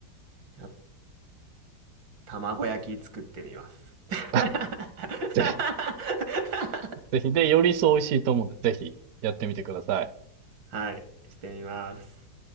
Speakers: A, on the right; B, on the right.
A: いや卵焼き作ってみます。<laughs>
B: <laughs> ぜひ、ぜひ。で、よりそう美味しいと思うんで、ぜひやってみてください。
A: はい。してみます。